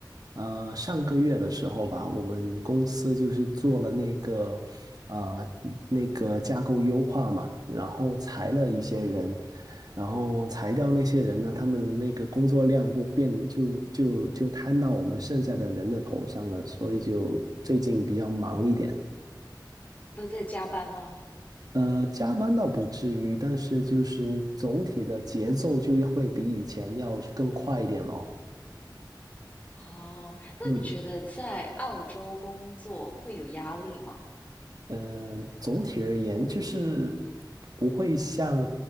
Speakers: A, on the right; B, on the left.
A: 呃，上个月的时候吧，我们公司就是做了那个，呃，那个架构优化嘛，然后裁了一些人，然后裁掉那些人呢，他们的那个工作量就变就就就摊到我们剩下的人的头上了，所以就最近比较忙一点。
B: 都在加班吗？
A: 呃，加班倒不至于，但是就是总体的节奏就要会比以前要更快一点咯。
B: 哦，那你觉得在澳洲工作会有压力吗？
A: 嗯，嗯，总体而言，就是不会像